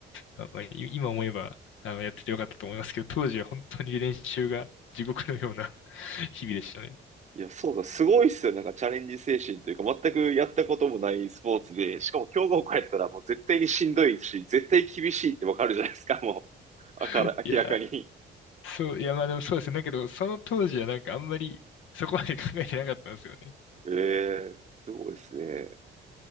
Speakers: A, on the left (about 80°); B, on the right (about 35°).
A: あまあ、い今思えば、あの、やっててよかったと思いますけど、当時は本当に練習が地獄のような <laughs> 日々でしたね。
B: いや、そうだ、すごいっすよ。なんかチャレンジ精神というか、全くやったこともないスポーツで、しかも強豪校やったらもう絶対にしんどいし、絶対厳しいってわかるじゃないですか、もう。あから、
A: いや
B: 明らかに。
A: ー、そう、いや、まあでもそうですね。だけど、その当時はなんかあんまりそこまで考えてなかったんですよね。
B: ええ。すごいっすね。